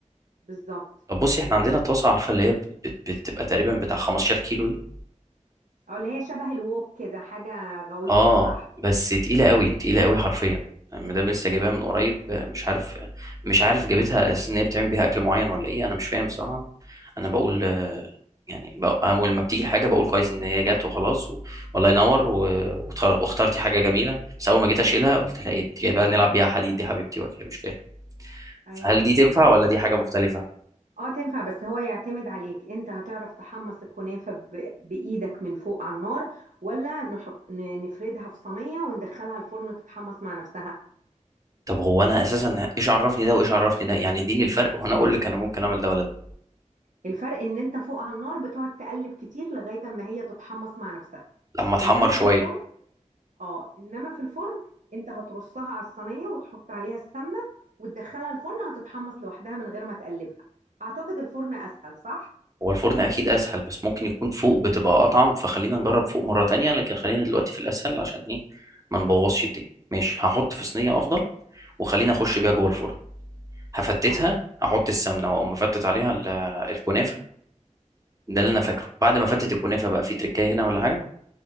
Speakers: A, on the right (about 80°); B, on the right (about 25°).
A: بالظبط
B: طب بصي احنا عندنا طاسة عارفة اللي هي بت- بت- بتبقى تقريبا بتاع 15 كيلو دي،
A: اه اللي هي شبه الوok كده حاجه غويطه
B: اه
A: صح
B: بس تقيلة قوي تقيلة قوي حرفيا المدام لسه جايباها من قريب آه، مش عارف مش عارف جابتها اساس ان هي بتعمل بيها اكل معين ولا ايه انا مش فاهم بصراحة انا بقول آه، يعني بق- اول ما بتيجي الحاجة بقول كويس ان هي جت وخلاص و... والله ينور و... واختار- واخترتي حاجة جميلة بس اول ما جيت اشيلها قلت لها ايه انت جايبها نلعب بيها حديد دي يا حبيبتي ولا إيه؟ مش فاهم
A: ايوه
B: فهل دي تنفع ولا دي حاجة مختلفة
A: اه تنفع بس هو يعتمد عليك انت هتعرف تحمص الكنافه ب... بايدك من فوق على النار ولا نحط ن- نفردها في صينيه وندخلها الفرن تتحمص مع نفسها
B: طب هو انا اساسا ايش عرفني ده وايش عرفني ده يعني اديني الفرق وانا اقول لك انا ممكن اعمل ده ولا ده
A: الفرق ان انت فوق على النار بتقعد تقلب كتير لغايه اما هي تتحمص مع نفسها
B: لما اتحمر
A: انما
B: شوية
A: في الفرن اه انما في الفرن انت هترصها على الصينيه وتحط عليها السمنه وتدخلها الفرن هتتحمص لوحدها من غير ما تقلبها اعتقد الفرن اسهل صح
B: هو الفرن اكيد اسهل بس ممكن يكون فوق بتبقى اطعم فخلينا نجرب فوق مرة تانية لكن خلينا دلوقتي في الاسهل عشان ايه ما نبوظش الدنيا ماشي هحط في صينية افضل وخلينا اخش بيها جوه الفرن هفتتها
A: خلاص
B: هحط السمنة واقوم مفتت عليها ال- الكنافة ده اللي انا فاكره بعد ما افتت الكنافة بقى في تركاية هنا ولا حاجة